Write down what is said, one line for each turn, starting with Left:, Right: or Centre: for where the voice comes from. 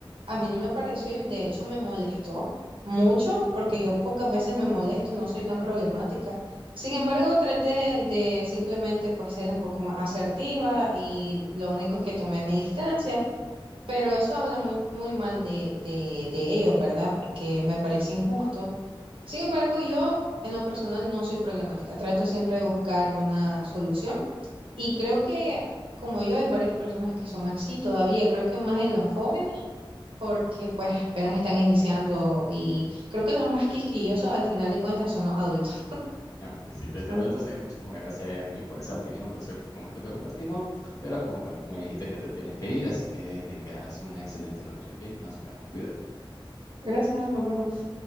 Right: A mí no me pareció y de hecho me molestó mucho porque yo pocas veces me molesto, no soy tan problemática. Sin embargo, traté de simplemente pues ser un poco más asertiva y lo único es que tomé mi distancia pero eso habla muy, muy mal de, de, de ellos, ¿verdad? Porque me parece injusto. Sin embargo, yo en lo personal no soy problemática. Trato siempre de buscar una solución. Y creo que, como yo, hay varias personas que son así todavía. Creo que más en los jóvenes, porque pues apenas están iniciando. Y creo que los más quisquillosos al final de cuentas son los adultos.
Left: Ah, ok, sí, te entiendo.
Right: Ah,
Left: Entonces, muchísimas gracias, Yasmin, por esa opinión, por ese momento que compartimos. Pero como, bueno, me dijiste que te tienes que ir, así que tengas una excelente noche, ¿ok? Nos vemos, cuídate.
Right: Gracias, nos vemos.